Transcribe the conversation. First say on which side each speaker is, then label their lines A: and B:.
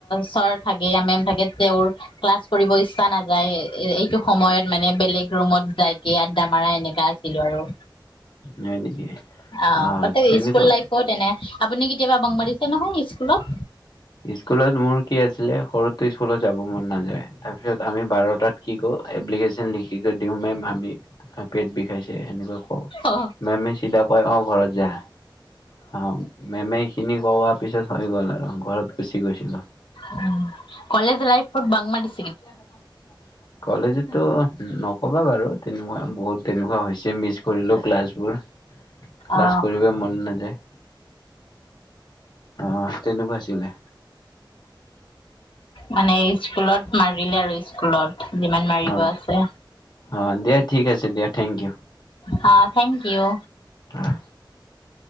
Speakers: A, on the left; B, on the left.
A: চৰ থাকে অঁ মেম থাকে? তেওঁৰ ক্লাছ কৰিব ইচ্ছা নাযায় এইটো সময়ত মানে বেলেগ ৰুমত। যাইকি আড্ডা মাৰা এনেককা আছিলো আৰু?
B: হয় নেকি?
A: অঁ
B: অ'
A: তাতে
B: তেনেকুৱা
A: স্কুল লাইফত এনে আপুনি কেতিয়াবা বং মাৰিছে নহয় স্কুলত
B: স্কুলত মোৰ কি আছিলে সৰুতে স্কুলত যাব মন নাযায় তাৰপিছত আমি বাৰটাত কি কৰো এপ্লিকেচন লিখিকে দিওঁ মেম আমি পেট বিষাইছে এনে ক
A: অ
B: মেমে চিধা কয় অ ঘৰত যা অ মেমে কিনি কৰোৱা পিছত হৈ গ'ল আৰু ঘৰত বেছিকৈ আছিল
A: অ কলেজ লাইফ ফ বাংলাদ দি
B: <unintelligible> কলেজতো নক'বা বাৰু তেনেকুৱা বহুত তেনেকোৱা হৈছে মিছ কৰিলো ক্লাছবোৰ ক্লাছ
A: অ
B: কৰিব মন নাযায় অ তেনেকোৱা আছিলে
A: মানে স্কুলত মাৰিলে আৰু স্কুলত যিমান মাৰিব
B: অ'।
A: আছে
B: অ দিয়া ঠিক আছে দিয়া থেংক ইউ
A: হা থেংক ইউ
B: অ